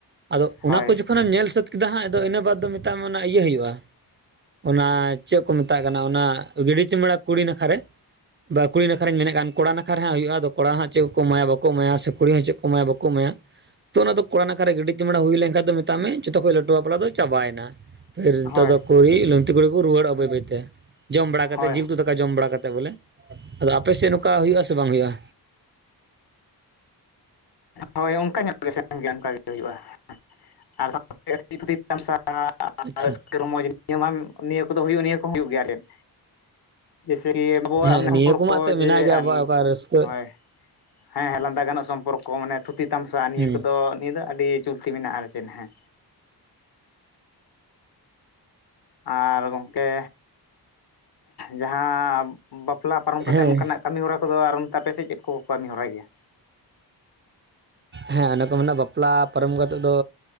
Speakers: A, on the right; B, on the left.
A: ᱟᱫᱚ ᱚᱱᱟ
B: ᱦᱳᱭ
A: ᱠᱚ ᱡᱚᱠᱷᱚᱱ ᱮᱢ ᱧᱮᱞ ᱥᱟᱹᱛ ᱠᱮᱫᱟ ᱦᱟᱸᱜ᱾ ᱟᱫᱚ ᱤᱱᱟᱹ ᱵᱟᱫᱽ ᱫᱚ ᱢᱮᱛᱟᱢ ᱢᱮ ᱚᱱᱟ ᱤᱭᱟᱹ ᱦᱩᱭᱩᱜ-ᱟ ᱚᱱᱟ ᱪᱮᱫ ᱠᱚ ᱢᱮᱛᱟᱜ ᱠᱟᱱᱟ ᱚᱱᱟ ᱜᱤᱰᱤ ᱪᱩᱢᱟᱹᱲᱟ ᱠᱩᱲᱤ ᱱᱟᱠᱷᱟᱨ ᱨᱮ ᱵᱟ ᱠᱩᱲᱤ ᱱᱟᱠᱷᱟ ᱨᱤᱧ ᱢᱮᱱᱮᱫ ᱠᱟᱱ ᱠᱚᱲᱟ ᱱᱟᱠᱷᱟ ᱨᱮ ᱦᱟᱸᱜ ᱦᱩᱭᱩᱜ-ᱟ᱾ ᱟᱫᱚ ᱠᱚᱲᱟ ᱦᱟᱸᱜ ᱪᱮᱫ ᱠᱚ ᱮᱢᱟᱭᱟ ᱵᱟᱠᱚ ᱮᱢᱟᱭᱟ ᱥᱮ ᱠᱩᱲᱤ ᱦᱚᱸ ᱪᱮᱫ ᱠᱚ ᱮᱢᱟᱭᱟ ᱵᱟᱠᱚ ᱮᱢᱟᱭᱟ᱾ ᱛᱚ ᱚᱱᱟ ᱫᱚ ᱠᱚᱲᱟ ᱱᱟᱠᱷᱟ ᱨᱮ ᱜᱤᱰᱤ ᱪᱩᱢᱟᱹᱲᱟ ᱦᱩᱭ ᱞᱮᱱᱠᱷᱟᱱ ᱫᱚ ᱢᱮᱛᱟᱜ ᱢᱮ ᱡᱚᱛᱚ ᱠᱷᱚᱡ ᱞᱟᱹᱴᱩ ᱵᱟᱯᱞᱟ ᱫᱚ ᱪᱟᱵᱟᱭ ᱮᱱᱟ᱾ ᱯᱷᱤᱨ ᱱᱤᱛᱚᱜ
B: ᱦᱳᱭ
A: ᱫᱚ ᱠᱩᱲᱤ ᱞᱩᱝᱛᱤ ᱠᱩᱲᱤ ᱠᱚ ᱨᱩᱣᱟᱹᱲᱚᱜ-ᱟ ᱵᱟᱹᱭ ᱵᱟᱹᱭᱛᱮ ᱡᱚᱢ ᱵᱟᱲᱟ ᱠᱟᱛᱮᱫ
B: ᱦᱳᱭ
A: ᱡᱤᱞ ᱩᱛᱩ ᱫᱟᱠ ᱫᱟᱠᱟ ᱡᱚᱢ ᱵᱟᱲᱟ ᱠᱟᱛᱮᱫ ᱵᱚᱞᱮ᱾ ᱟᱫᱚ ᱟᱯᱮ ᱥᱮᱫ ᱱᱚᱝᱠᱟ ᱦᱩᱭᱩᱜ-ᱟ ᱥᱮ ᱵᱟᱝ ᱦᱩᱭᱩᱜ-ᱟ?
B: ᱟᱨ ᱦᱳᱭ ᱚᱱᱠᱟ ᱧᱚᱜ ᱜᱮ ᱥᱮ <unintelligible> ᱚᱱᱠᱟᱜ ᱜᱮ ᱦᱩᱭᱩᱜ-ᱟ ᱟᱨ ᱥᱟᱸᱜᱮ ᱪᱮᱫ ᱠᱷᱟᱹᱛᱤᱨ ᱛᱟᱢᱥᱟ ᱠᱟᱱᱟ
A: ᱟᱪᱪᱷᱟ
B: ᱟᱨ ᱨᱟᱹᱥᱠᱟᱹ ᱨᱚᱢᱚᱡᱽ ᱱᱤᱭᱟᱹ ᱢᱟ ᱱᱤᱭᱟᱹ ᱠᱚᱫᱚ ᱦᱩᱭᱩᱜ-ᱟ ᱱᱤᱭᱟᱹ ᱠᱚ ᱦᱩᱭᱩᱜ ᱜᱮᱭᱟ ᱟᱨ ᱪᱮᱫ᱾ ᱡᱮᱭ ᱥᱮᱠᱤ ᱟᱵᱚᱣᱟᱜ
A: ᱦᱮᱸ
B: ᱢᱟᱱᱮ ᱥᱚᱢᱯᱚᱨᱠᱚ
A: ᱱᱤᱭᱟᱹ ᱠᱚᱢᱟ ᱮᱱᱛᱮᱫ
B: ᱡᱮ
A: ᱢᱮᱱᱟᱜ ᱜᱮᱭᱟ
B: ᱟᱨ
A: ᱟᱵᱚᱣᱟᱜ ᱚᱠᱟ ᱨᱟᱹᱥᱠᱟᱹ
B: ᱦᱳᱭ᱾ ᱦᱮᱸ ᱦᱮᱸ ᱞᱟᱸᱫᱟ ᱜᱟᱱᱚᱜ ᱥᱚᱢᱯᱚᱨᱠᱚ ᱢᱟᱱᱮ ᱛᱷᱩᱛᱤ ᱛᱟᱢᱥᱟ ᱱᱤᱭᱟᱹ
A: ᱦᱮᱸ
B: ᱠᱚᱫᱚ ᱱᱤᱭᱟᱹ ᱫᱚ ᱟᱹᱰᱤ ᱪᱚᱞᱛᱤ ᱢᱮᱱᱟᱜ-ᱟ ᱟᱨ ᱪᱮᱫ ᱦᱮᱸ᱾ ᱟᱨ ᱜᱚᱝᱠᱮ ᱡᱟᱦᱟᱸ ᱵᱟᱯᱞᱟ ᱯᱟᱨᱚᱢ ᱠᱟᱛᱮᱫ
A: ᱦᱮᱸ
B: ᱱᱚᱝᱠᱟᱱᱟᱜ ᱠᱟᱹᱢᱤ ᱦᱚᱨᱟ ᱠᱚᱫᱚ ᱟᱨ ᱚᱱᱛᱮ ᱟᱯᱮ ᱥᱮᱫ ᱪᱮᱫ ᱠᱚᱠᱚ ᱠᱟᱹᱢᱤ ᱦᱚᱨᱟᱭ ᱜᱮᱭᱟ?
A: ᱦᱮᱸ ᱚᱱᱮ ᱠᱚ ᱢᱮᱱᱟ ᱵᱟᱯᱞᱟ ᱯᱟᱨᱚᱢ ᱠᱟᱛᱮ ᱫᱚ